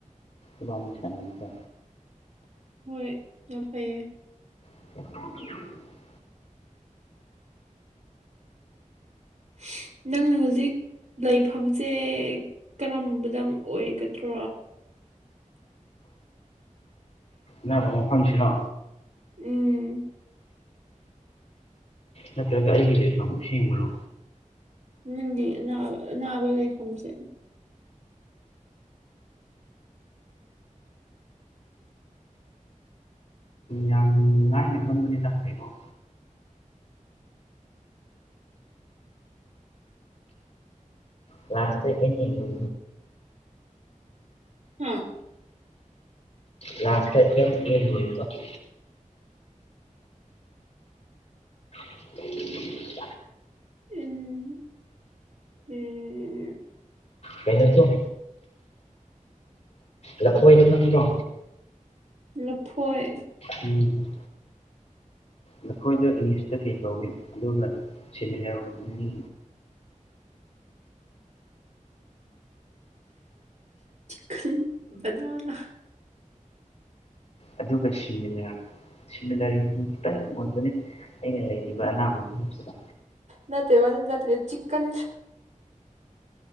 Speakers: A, on the left; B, on the right.
A: ꯏꯕꯥꯅꯤ ꯁꯥꯟꯅꯕꯗ
B: ꯍꯣꯏ ꯌꯥꯝ ꯐꯩꯌꯦ
A: <unintelligible>
B: <unintelligible> ꯅꯪꯅ ꯍꯧꯖꯤꯛ ꯂꯩꯐꯝꯁꯦ ꯀꯔꯝꯕꯗ ꯑꯣꯏꯒꯗ꯭ꯔꯣ
A: ꯅꯪ ꯑꯃꯨꯛ ꯐꯝꯁꯤꯔꯣ
B: ꯎꯝ
A: ꯅꯠꯇ꯭ꯔꯒ ꯑꯩꯒꯤ ꯂꯩꯐꯝ ꯑꯁꯦꯡꯕꯔꯣ
B: ꯅꯪꯒꯤ ꯑꯅꯥꯕ ꯑꯅꯥꯕ ꯂꯩꯐꯝꯁꯦ
A: ꯌꯥꯝ ꯂꯥꯏꯅ ꯈꯪꯕꯅ‌ꯦꯗ ꯀ‌ꯩꯅ‌ꯣ ꯀ꯭ꯂꯥꯁꯇ ꯑꯦꯟ ꯌꯦꯡꯏ
B: ꯍꯝ
A: ꯂꯥꯁꯇ ꯑꯦꯝ ꯑ‌ꯦꯝ ꯑꯦ ꯂꯣꯏꯕꯗꯣ <unintelligible>
B: ꯑ‌ꯦꯟ ꯑ‌ꯦ
A: ꯀꯩꯅꯣꯇꯣ ꯂꯐꯣꯏꯗꯣ ꯈꯪꯕ꯭ꯔꯣ
B: ꯂ ꯐꯣꯏ
A: ꯎꯝ ꯅꯈꯣꯏꯗꯣ ꯏꯪꯂꯤꯁꯇ ꯀꯩ ꯀꯧꯏ ꯑꯗꯨꯒ ꯁꯤꯃꯤꯂꯔ ꯑꯣꯏꯗ‌ꯣꯏꯅꯤ
B: ꯈ ꯕꯅꯥꯅ
A: ꯑꯗꯨꯒ ꯁꯤꯃꯤꯅ ꯁꯤꯃꯤꯟꯅꯔꯤ ꯈꯤꯇꯪ ꯑꯣꯏꯕꯅꯦ ꯑꯩꯅ ꯂꯩꯔꯤꯕ ꯑꯅꯥꯕꯒ꯭ꯔꯨꯁꯤꯗ
B: ꯅꯠꯇꯦ ꯋꯥꯏꯔꯟ ꯅꯠꯇꯦ ꯆꯤꯛꯀꯟ